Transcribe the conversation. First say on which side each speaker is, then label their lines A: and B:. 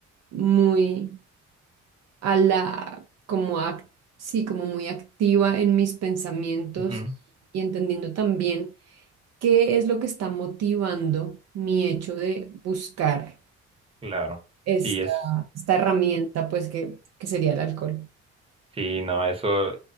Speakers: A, on the right (about 60°); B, on the right (about 20°).
A: muy a la, como ac- sí, como muy activa en mis pensamientos
B: ujú,
A: y, entendiendo también qué es lo que está motivando mi hecho de buscar
B: claro.
A: esta,
B: Sí, es.
A: esta herramienta, pues que, que sería el alcohol.
B: Sí, no, eso eh,